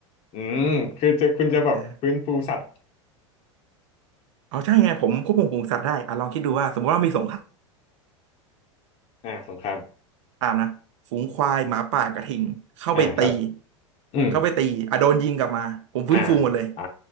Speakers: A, on the left; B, on the right.
A: อืมคือจะคุณจะแบบฟื้นฟูสัตว์
B: เออเอาใช่ไงผมควบคุมฝูงสัตว์ได้อ่ะลองคิดดูว่าสมมติว่ามีสงครา
A: อ่าสงคราม
B: มนะฝูงควายหมาป่ากระทิงเข้าไปตี
A: อ่าครับอืม
B: เข้าไปตีอ่ะโดนยิงกลับมาผมฟื้นฟูหมดเลย
A: อ่าอ่า